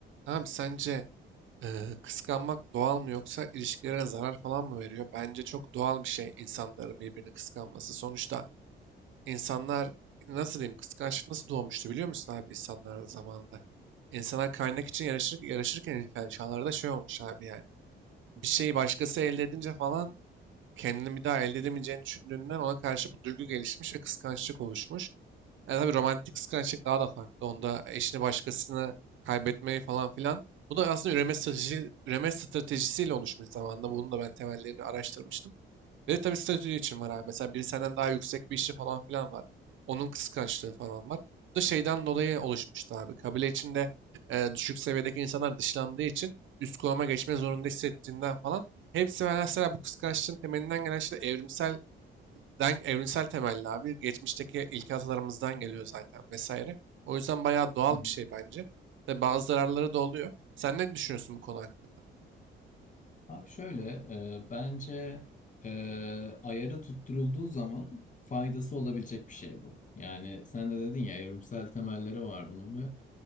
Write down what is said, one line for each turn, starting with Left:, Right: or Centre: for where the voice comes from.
Right: Tamam sence eee, kıskanmak doğal mı yoksa ilişkilere zarar falan mı veriyor? Bence çok doğal bir şey insanların birbirini kıskanması. Sonuçta insanlar nasıl diyeyim kıskançlık nasıl doğmuştu biliyor musun abi insanlar zamanında? İnsanlar kaynak için yarışır, yarışırken ilkel çağlarda şey olmuş abi yani. Bir şeyi başkası elde edince falan kendini bir daha elde edemeyeceğini düşündüğünden ona karşı bu duygu gelişmiş ve kıskançlık oluşmuş. Yani tabii romantik kıskançlık daha da farklı. Onda eşini başkasına kaybetmeyi falan filan. Bu da aslında üreme strateji, üreme stratejisiyle oluşmuş zamanında. Bunun da ben temellerini araştırmıştım. Ve tabii statü için var abi. Mesela biri senden daha yüksek bir işi falan filan var. Onun kıskançlığı falan var. Bu da şeyden dolayı oluşmuştu abi. Kabile içinde e, düşük seviyedeki insanlar dışlandığı için üst konuma geçme zorunda hissettiğinden falan. Hepsi mesela bu kıskançlığın temelinden gelen şey de evrimselden, evrimsel temelli abi. Geçmişteki ilkel atalarımızdan geliyor zaten vesaire. O yüzden bayağı doğal
Left: Hı hı.
Right: bir şey bence. Ve bazı zararları da oluyor. Sen ne düşünüyorsun bu konu hakkında?
Left: Abi şöyle e, bence e, ayarı tutturulduğu zaman faydası olabilecek bir şey bu. Yani sen de dedin ya evrimsel temelleri var bunun ve